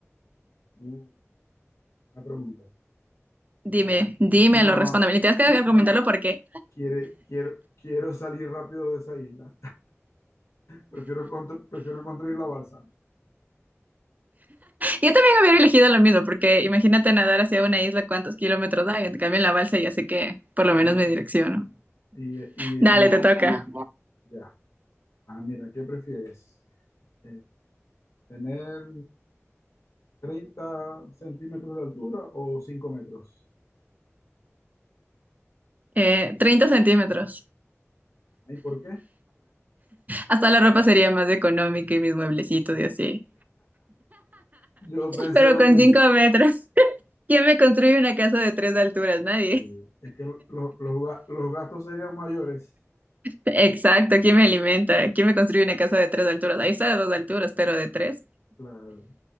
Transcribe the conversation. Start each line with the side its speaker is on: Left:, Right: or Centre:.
Left: Uh, una pregunta.
Right: Dime, dímelo,
Left: No,
Right: respóndeme. Y tienes que
Left: qui-
Right: argumentarlo porque
Left: quiere, quiero, quiero salir rápido de esa isla. Prefiero, contr- prefiero construir la balsa.
Right: Yo también hubiera elegido lo mismo, porque imagínate nadar hacia una isla, ¿cuántos kilómetros hay? En cambio, en la balsa ya sé que por lo menos
Left: Ah,
Right: me direcciono.
Left: y, y,
Right: Dale,
Left: y-
Right: te toca.
Left: ya. Ah, mira, ¿qué prefieres? Eh, ¿tener 30 centímetros de altura o 5 metros?
Right: Eh, 30 centímetros.
Left: ¿Y por qué?
Right: Hasta la ropa sería más económica y mis mueblecitos y así.
Left: Yo pensé
Right: Pero
Left: lo
Right: con
Left: mismo.
Right: 5 metros, ¿quién me construye una casa de tres alturas? Nadie.
Left: Sí, es que lo- lo- los, ga- los gastos serían mayores,
Right: Exacto, ¿quién me alimenta? ¿Quién me construye una casa de tres alturas? Ahí está de dos alturas, pero de tres.
Left: claro.